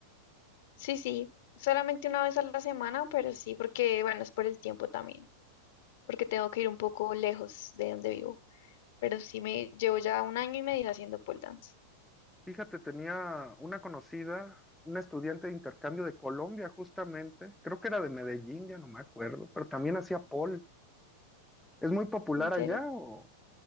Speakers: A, on the left; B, in the centre.
A: Sí, sí, solamente una vez a la semana, pero sí, porque bueno, es por el tiempo también, porque tengo que ir un poco lejos de donde vivo. Pero sí me llevo ya un año y medio haciendo pole dance.
B: Fíjate, tenía una conocida, una estudiante de intercambio de Colombia, justamente. Creo que era de Medellín, ya no me acuerdo, pero también hacía pole. ¿Es muy popular
A: ¿En
B: allá
A: serio?
B: o...?